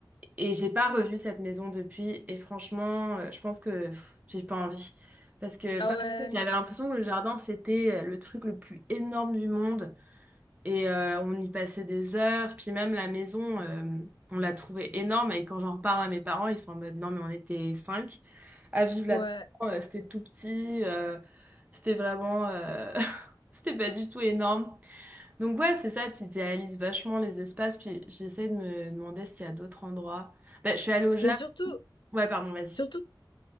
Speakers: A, on the right (about 20°); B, on the left (about 70°).
A: et j'ai pas revu cette maison depuis. Et franchement, euh, je pense que pff, j'ai pas envie. Parce que
B: Ah
A: par
B: ouais,
A: contre, j'avais l'impression que le jardin, c'était euh, le truc le plus énorme du monde. Et euh, on y passait des heures. Puis même la maison, euh, on l'a trouvée énorme. Et quand j'en reparle à mes parents, ils sont en mode, non, mais on était cinq à vivre là-dedans.
B: ouais.
A: Euh, C'était tout petit. euh, c'était vraiment... euh, <laughs> c'était pas du tout énorme. Donc ouais, c'est ça, tu idéalises vachement les espaces, puis j'essaie de me demander s'il y a d'autres endroits. Bah, je suis allée au Japon.
B: Mais surtout,
A: Ouais, pardon, vas-y.
B: surtout,